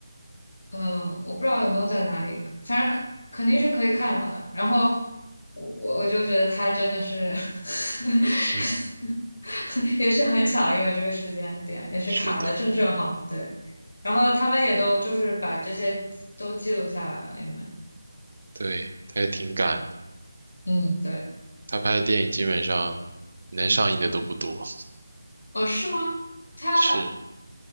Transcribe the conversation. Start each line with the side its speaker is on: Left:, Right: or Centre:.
Left: 嗯，我不知道有没有在哪里，反正肯肯定是可以看到的。然后我我我就觉得他真的是 <laughs>
Right: <laughs> 是
Left: 也是很巧，因为这个时间点也是卡的正正好，
Right: 是的，
Left: 对。然后他们也都就是把这些都记录下来了，因为
Right: 对，他也挺赶的。
Left: 嗯，对，
Right: 他拍的电影基本上能上映的都不多。
Left: 哦，是吗？他
Right: 是